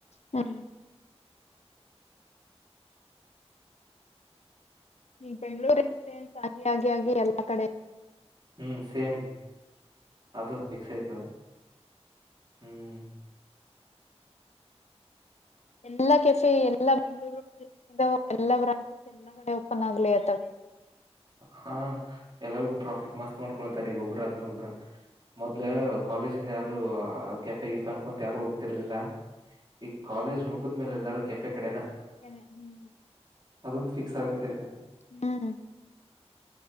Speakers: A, on the left; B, on the right.
A: ಹ್ಮ್ ಈ ಬೆಂಗಳೂರಿನ್ ಫ್ರೆಂಡ್ಸ್. ಸಾಗಿ ಆಗಿ ಆಗಿ ಎಲ್ಲಾ ಕಡೆ.
B: ಹ್ಮ್ ಸೇಮ್ ಅದು ಫಿಕ್ಸ್ ಆಯ್ತ ಹ್ಮ್
A: ಎಲ್ಲಾ ಕೆಫೆ ಎಲ್ಲಾ ಬೆಂಗಳೂರು ಎಲ್ಲಾ ಬ್ರಾಂಚಸ್ ಎಲ್ಲಾ ಕಡೆ ಓಪನ್ ಆಗ್ಲಿ ಅತಾವ್ ಈಗ್
B: ಹಾ ಎಲ್ಲಾರಗೂ ಪ್ರಾಫಿಟ್ ಮಸ್ತ್ ಮಾಡ ಕರೀಗ್ ಒಬ್ರಾದ್ಮೇಲೆ ಒಬ್ರಾ. ಮೊದ್ಲ ಕಾಲೇಜಿಂದ ಯಾರು ಕೆಫೆಗಿಫೆ ನ್ ಅಂತ ಯಾರು ಹೋಗ್ತಿರ್ಲಿಲ್ಲ ಈಗ ಕಾಲೇಜ್ ಮುಗಿದಮೇಲೆ ಎಲ್ಲಾರು ಕೆಫೆ ಕಡೆನ.
A: ಅ ಹ್ಮ್
B: ಅದೊಂದ ಫಿಕ್ಸ್ ಆಗ್ಬಿಟ್ಟೈತೆ.
A: ಹ್ಮ